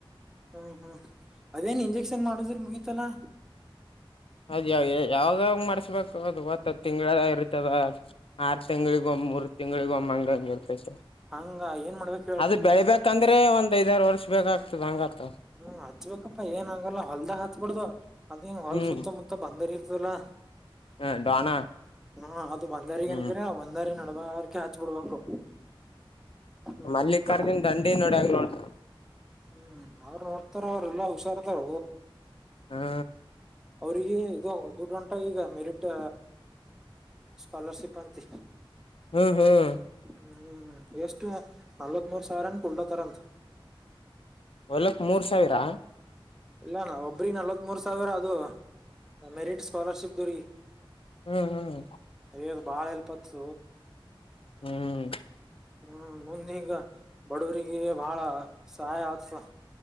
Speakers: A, in the centre; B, on the left.
A: ಹ್ಮ್ ಹ್ಮ್ ಅದೇನ್ ಇಂಜೆಕ್ಷನ್ ಮಾಡುದ್ರ ಮುಗೀಿತಲಾ
B: ಅದ್ ಯಾವ ಯಾವ್ದಾಗ್ ಮರ್ಸ್ಬೇಕು ಅದು ಒತ್ತ ಹತ್ತು ತಿಂಗಗಳದ ಇರ್ತದ ಆರು ತಿಂಗಗಳಿಗ ಒ್ ಮೂರು ತಿಂಗಗಳಿಗ ಒಮ್ಮ ಅಂಗ್ ಹಂಗಗೆ ಇರ್ತೈ ಸರ್
A: ಹಂಗ ಏನ್ ಮಾಡ್ಬೇಕು
B: ಅದ ಬೆಳಿಬೇಕಂದ್ರೆ ಒಂದ್ ಐದ್ಾರು ವರ್ಷ ಬೇಕಾಗ್ತದೆ ಹಂಗ ಆಗ್ತದ
A: ಹ್ಮ್ ಹಚ್ಬೇಕಪ್ಪಾ ಏನ್ ಆಗಲ್ಲ ಹೊಲ್ದಾಗ ಹತ್ತತ್ಬ ಬಿಡ್ದ ಅದ ಹಿಂಗ ಹೊಲ್
B: ಹ್ಮ್
A: ಸುತ್ತಮುತ್ತ ಮತ್ತ ಬಂದಾರಿ ಇರ್ತಲ್ಲ
B: ಹ ಡಾನ
A: ಹ ಅದು ಬಂದಾರಿಗ
B: ಹ್ಮ್
A: ಏನ್ಕರಿ ಒಂದರಿ ನಡಬಾರಕೆ ಹಚ್ ಬಿಡ್ಬೇಕು ಹ್ಮ್
B: ಹ್ಮ ಮಲ್ಲಿಕಾರ್ಜುನ್
A: ಈಗ
B: ದಂಡಿ ನೋಡಿಂಗ ನೋಡ್
A: ಹ್ಮ್ ಅವ್ ನೋಡ್ತಾರ ಅವ್ರ ಎಲ್ಲಾ ಹುಷಾರದಾರ
B: ಹಾ
A: ಅವ್ರಿಗೆ ಇದು ದದುಡ್ಡ ಗಂಟ ಈಗ ಮೆರಿಟ್ ಸ್ಕಲರ್ಶಿಪ್್ ಎಂತ
B: ಹ್ಮ್ ಹ್ಮ್
A: ಹ್ಮ್ ಎಷ್ಟು ನಲ್ವತ್ ಮೂರ್ ಸಾವಿರನ ಕುಡ್ಲೋತಾರಂತ
B: ಹೊಲಕ್ ಮೂರ್ ಸಾವಿರ
A: ಇಲ್ಲ ನ ಒಬ್ರಿ ನಲ್ವತ್ ಮೂರ್ ಸಾವಿರ ಅದು ಮೆರಿಟ್ ಸ್ಕಾಲರ್ಶಿಪ್್ದ್ರೀ
B: ಹ್ಮ್ ಹ್ಮ್
A: ದು್ ಬಾಳ ಎಲ್ಪತ್ಸ
B: ಹ್ಮ್
A: ಹ್ಮ್ ಮುಂದ ಈಗ ಬಡವರಿಗೆ ಬಹಳ ಸಹಾಯ ಅವಾ